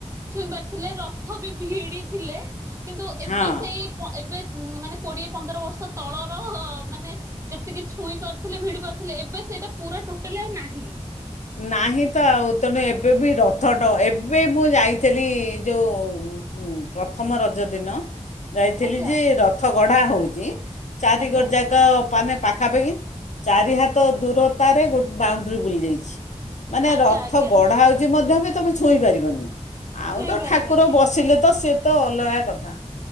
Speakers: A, on the right; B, on the left.
A: ଛୁଇଁ ପାରିଥିଲେ। ର ରଥ ବି ଭିଡି ଥିଲେ କିନ୍ତୁ ଏବେ
B: ହଁ
A: ସେଇ ତ ଏବେ ଉଁ, ମାନେ କୋଡିଏ ପନ୍ଦର ବର୍ଷ ତଳର ହୋ ମାନେ ଯେତିକି ଛୁଇଁ ପାରୁଥିଲେ, ଭିଡି ପାରୁଥିଲେ, ଏବେ ସେଇଟା ପୁରା ଟୋଟାଲି ଆଉ ନାହିଁ।
B: ନାହିଁ ତ ଆଉ ତେଣୁ ଏବେ ବି ରଥଟ ଏବେ ମୁଁ ଯାଇଥିଲି ଯୋଉ ଉଁ, ଉଁ, ପ୍ରଥମ ରଜ ଦିନ ଯାଇଥିଲି
A: ଆଜ୍ଞା
B: ଯେ ରଥ ଗଢ଼ା ହଉଚି, ଚାରିକଡ
A: ଆଜ୍ଞା
B: ଯାକ ତ ପାନେ ପାଖାପାଖି ଚାରି ହାତ ଦୂରତାରେ ଗୋ- ବାଉଣ୍ଡ୍ରି ବୁଲିଯାଇଛି। ମାନେ
A: ଆଜ୍ଞା
B: ରଥ
A: ଆଜ୍ଞା
B: ଗଢ଼ା ହଉଛି ମଧ୍ୟ ବି ତୋମେ ଛୁଇଁ ପାରିବନି। ଆଉ
A: ଛୁଇଁ
B: ତ
A: ପାରିବନି
B: ଠାକୁର ବସିଲେ ତ ସିଏ ତ ଅଲଗା କଥା।